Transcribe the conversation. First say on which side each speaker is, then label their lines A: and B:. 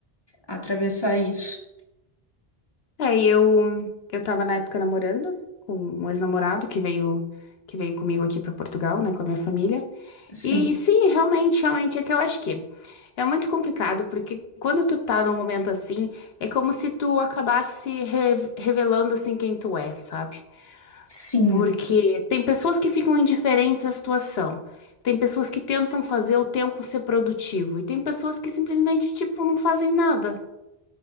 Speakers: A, on the left; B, on the left.
A: Atravessar isso.
B: É, e eu eu tava na época namorando com um ex-namorado que veio que veio comigo aqui pra Portugal, né, com a minha família.
A: Sim,
B: E sim, realmente, realmente é que eu acho que é muito complicado, porque quando tu tá num momento assim, é como se tu acabasse re- revelando assim quem tu é, sabe?
A: sim.
B: Porque tem pessoas que ficam indiferentes à situação. Tem pessoas que tentam fazer o tempo ser produtivo e tem pessoas que simplesmente, tipo, não fazem nada.